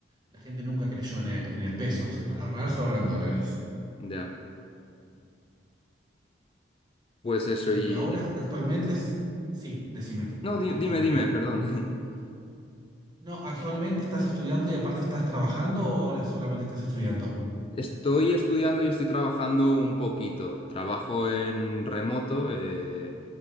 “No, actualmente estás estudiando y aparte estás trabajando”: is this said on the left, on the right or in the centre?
Right